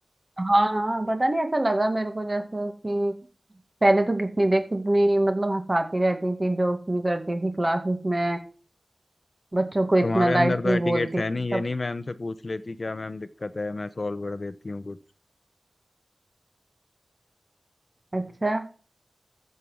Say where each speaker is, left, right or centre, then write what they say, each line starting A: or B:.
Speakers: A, on the right; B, on the left.
A: हाँ हाँ पता नहीं ऐसा लगा मेरे को जैसे कि पहले तो कितनी देर कितनी मतलब हंसाती रहती थी जोक्स भी करती थी क्लासेस में बच्चों को इतना
B: तुम्हारे
A: लाइटली
B: अंदर तो एटिकेट्स
A: बोलती
B: है
A: थी
B: नहीं ये
A: सब
B: नहीं मैम से पूछ लेती क्या मैम दिक्कत है मैं सॉल्व कर देती हूँ कुछ
A: अच्छा